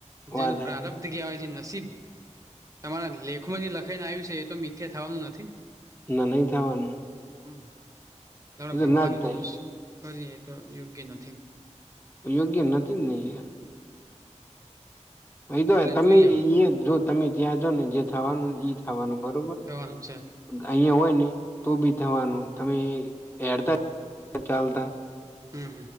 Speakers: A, on the left; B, on the right.
A: વાત
B: જેનો
A: હાચી
B: પ્રારં્ભ થ ગયાવાય પછી તમારા લેખમાં જે લખાઈને આવ્યું છે એ તો મિથ્યા થવાનું નથી
A: ના નહી થવાનું
B: હમ આપણે
A: એ તો
B: ભગવાન
A: ના જ થાય
B: દોષિત કરીએ તો યોગ્ય નથી
A: યોગ્ય નથી જ નહી યાર ભ તો
B: એટલે
A: તમે
B: જોઈએ
A: ઈ જો તમે ત્યાં જા ને જે થવાનું ઈ થવાનું બરોબ
B: કેવાનું છે
A: અહિયાં હોય ને તો બી થવાનું તમે હેડતા ચાલતા
B: હમ